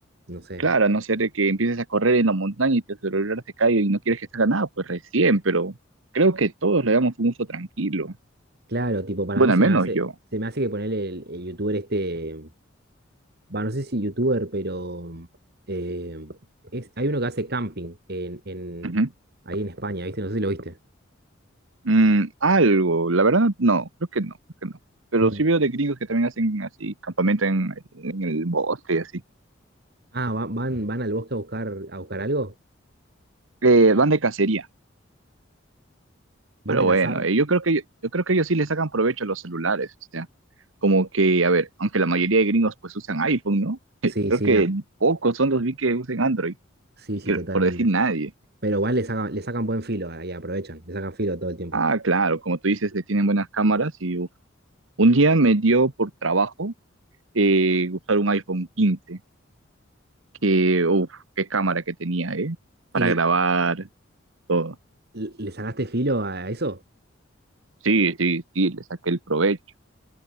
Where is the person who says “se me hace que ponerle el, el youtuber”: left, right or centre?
Right